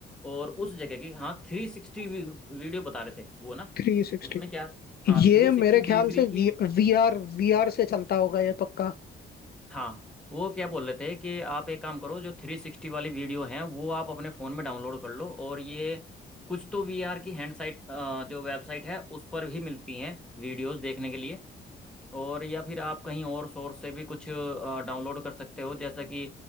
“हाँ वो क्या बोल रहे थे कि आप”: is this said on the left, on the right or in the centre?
Centre